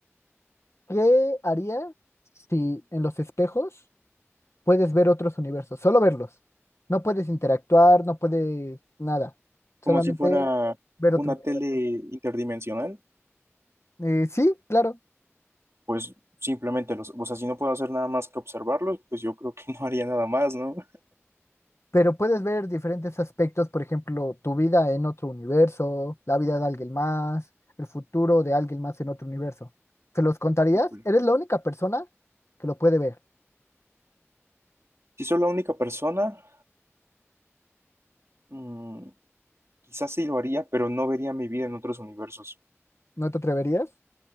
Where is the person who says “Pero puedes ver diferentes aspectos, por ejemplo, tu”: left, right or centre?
Left